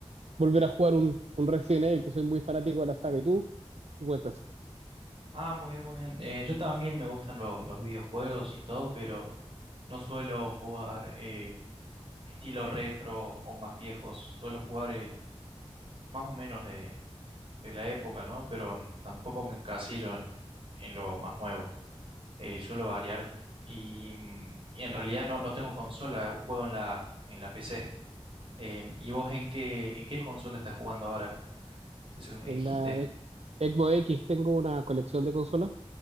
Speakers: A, on the right; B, on the right.
A: volver a jugar un, un Resident Evil, que soy muy fanático de la saga. ¿Y tú? ¿Qué cuentas?
B: Ah, muy bien, muy bien. Eh, yo también me gustan lo- los videojuegos y todo, pero no suelo jugar eh, estilo retro o más viejos. Suelo jugar eh, más o menos de, de la época, ¿no? Pero n- tampoco me encasillo en, en lo más nuevo. Eh, suelo variar y, mm, y en realidad no, no tengo consola, eh, juego en la, en la PC. Em, ¿y vos en qué, en qué consola estás jugando ahora? Eso que me
A: En
B: dijiste.
A: la X- Xbox X tengo una colección de consolas,